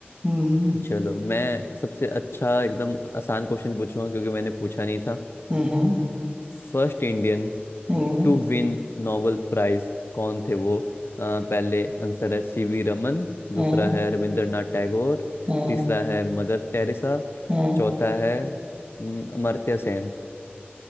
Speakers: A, on the right; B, on the left.
A: हम्म
B: चलो मैं सबसे अच्छा एकदम आसान क्वेश्चन पूछूंगा क्योंकि मैंने पूछा नहीं था
A: हम्म हम्म
B: First Indian
A: हम्म
B: to win Nobel Prize कौन थे वो अ, पहले आंसर है सी वी रमन दूसरा
A: हम्म,
B: है रविंद्रनाथ टैगोर
A: हम्म,
B: तीसरा है मदर टेरेसा
A: हम्म,
B: चौथा है हम्म, अमर्त्य सेन